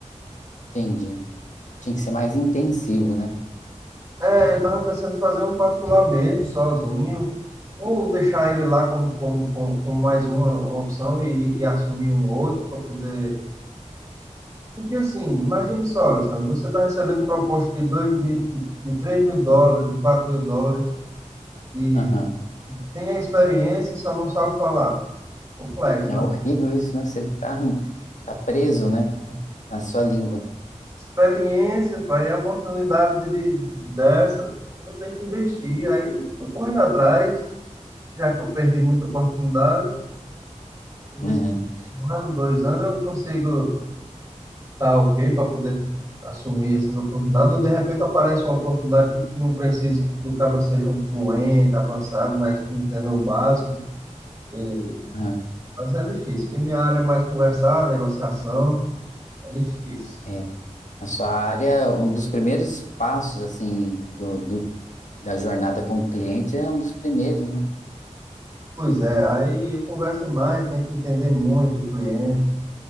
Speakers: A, on the left; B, on the right.
A: entendi. Tinha que ser mais intensivo, né?
B: É, eu tava pensando em fazer um particular mesmo, sozinho, ou deixar ele lá como, como, como, como mais uma, uma opção e, e assumir um outro para poder. Porque assim, imagine só, Alessandro, você está recebendo proposta de, dois mil, de, de 3 mil dólares, de 4 mil dólares, e
A: Aham.
B: tem a experiência e só não sabe falar. Complexo,
A: É
B: né?
A: horrível isso, né? Você tá, tá preso, né? Na sua língua.
B: Experiência, pai, é a oportunidade de, dessa, eu tenho que investir. Aí, tô correndo atrás, já que eu perdi muita oportunidade. Vamos
A: Uhum.
B: ver se Um ano, dois anos eu consigo estar ok para poder assumir essas oportunidades, ou de repente aparece uma oportunidade que que não precisa que o cara seja um fluente, avançado, mas que entenda o básico. E...
A: Aham.
B: Mas é difícil, porque minha área é mais conversar, negociação, é difícil.
A: É. Na sua área, um dos primeiros passos, assim, do, do- da jornada com o cliente é um dos primeiros, né?
B: Pois é, aí eu converso demais, tenho que entender muito o cliente.